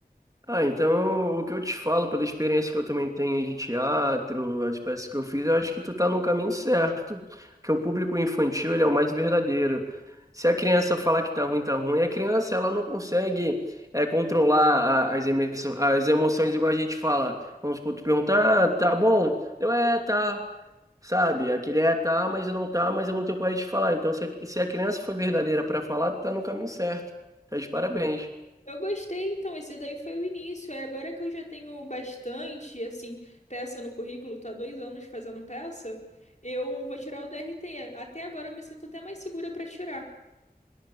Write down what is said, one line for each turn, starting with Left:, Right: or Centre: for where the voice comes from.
Right: Ah, então o que eu te falo, pela experiência que eu também tenho de teatro, as peças que eu fiz, eu acho que tu tá no caminho certo, que o público infantil, ele é o mais verdadeiro. Se a criança falar que tá ruim, tá ruim, a criança, ela não consegue é, controlar a- as, emoções, as emoções igual a gente fala. Vamos supor, tu perguntar, ah, tá bom? Eu, é, tá, sabe? Aquele é, tá, mas não tá, mas eu não tenho coragem de falar. Então, se a, se a criança foi verdadeira para falar, tu tá no caminho certo. Tá de parabéns.
Left: Eu gostei, então, esse daí foi o início. Aí agora que eu já tenho bastante, assim, peça no currículo, tô há dois anos fazendo peça, eu vou tirar o DRT. Até agora eu me sinto até mais segura para tirar.